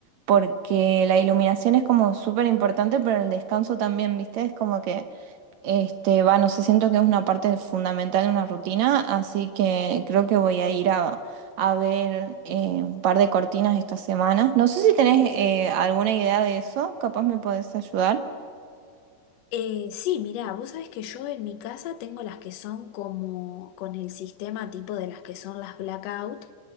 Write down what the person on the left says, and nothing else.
Eh, sí, mirá, vos sabés que yo en mi casa tengo las que son como con el sistema tipo de las que son las blackout.